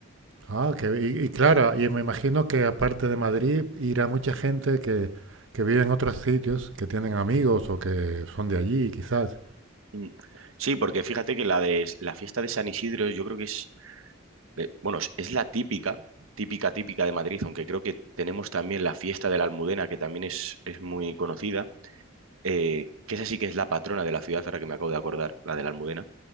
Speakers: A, on the right; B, on the right.
A: Ah, que, y, y claro, y me imagino que aparte de Madrid irá mucha gente que, que vive en otros sitios, que tienen amigos o que son de allí, quizás.
B: Mm. Sí, porque fíjate que la de la fiesta de San Isidro, yo creo que es, eh, bueno, es es la típica, típica, típica de Madrid, aunque creo que tenemos también la fiesta de la Almudena, que también es, es muy conocida, eh, que esa sí que es la patrona de la ciudad, ahora que me acabo de acordar, la de la Almudena.